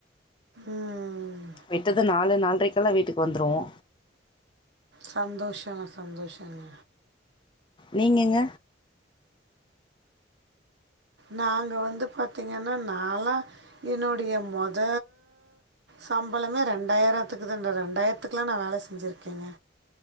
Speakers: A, on the right; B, on the left.
A: ம்
B: விட்டது நாலு நால்ரைக்கெல்லா வீட்டுக்கு வந்துருவோ
A: சந்தோஷங்க சந்தோஷங்க
B: நீங்கங்க
A: நாங்க வந்து பாத்தீங்கன்னா நாலா என்னுடைய மொத சம்பளமே ரெண்டாயிரத்துக்கு தண்டா ரெண்டாயிரத்துக்கெல்லா நா வேல செஞ்சிருக்கேங்க